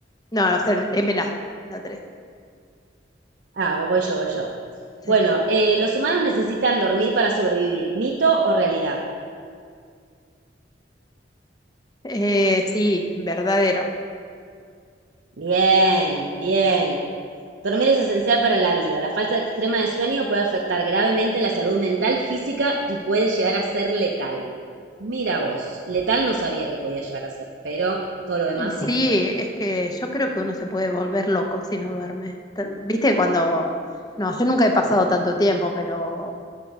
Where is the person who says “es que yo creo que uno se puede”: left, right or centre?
Left